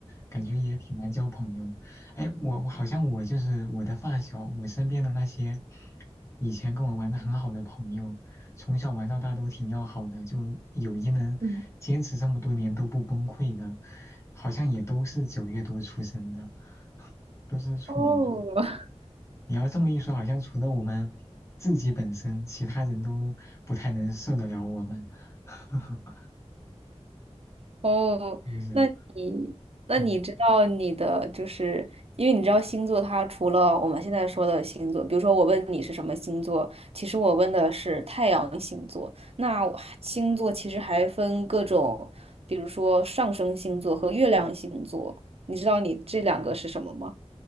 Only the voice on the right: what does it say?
嗯，
哦，<laughs>
哦，
那你那你知道你的就是，
因为你知道星座，它除了我们现在说的星座，比如说我问你是什么星座，其实我问的是太阳星座。那我星座其实还分各种，比如说上升星座和月亮星座。你知道你这两个是什么吗？